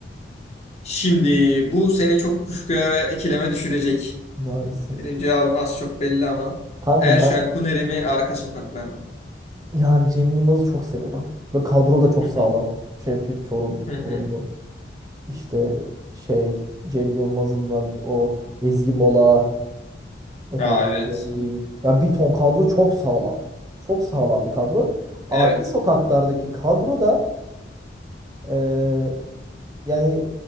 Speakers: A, on the left; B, on the right.
A: Şimdi bu seni çok kuşkuya ve ikileme düşürecek.
B: Maalesef.
A: Benim cevabım az çok belli ama.
B: Kanka
A: Erşen
B: ben
A: Kuneri mi Arka Sokaklar mı?
B: yani Cem Yılmaz'ı çok severim. Ve kadro da çok
A: Hı
B: sağlam.
A: hı.
B: Şevket Çorum,
A: Hı hı.
B: Çorumlu. İşte şey Cem Yılmaz'ından o Ezgi Mola. Efendim
A: Aa evet.
B: söyleyeyim. Ya bir ton kadro çok sağlam. Çok sağlam bir kadro. Arka
A: Evet.
B: sokaklardaki kadro da eee, yani